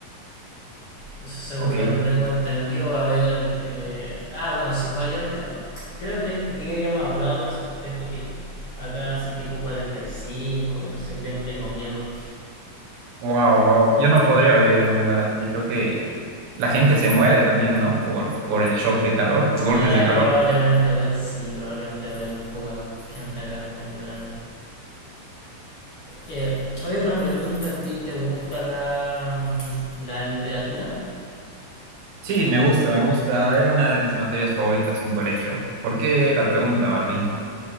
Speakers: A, on the left; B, on the right.
A: Entonces, según
B: Ok,
A: lo que tengo entendido, va a haber... eh, ah, bueno, si fue ayer, creo- creo que, que, que habíamos hablado de, eso, de esto que acá hace tipo 45 y cinco y no sé, y ten- tengo miedo.
B: wow, wow. Yo no podría vivir en un lugar así. Creo que la gente se muere también, ¿no? Por, por el shock de calor, por golpes
A: Eh,
B: de calor.
A: probablemente, pues, sí, probablemente va a haber muy poca gente acá en verano. Eh, hoy una pregunta, ¿a ti te gusta la, mm, la literatura?
B: Sí, me gusta, me gusta. Era una de mis materias favoritas en colegio. ¿Por qué la pregunta, Martín?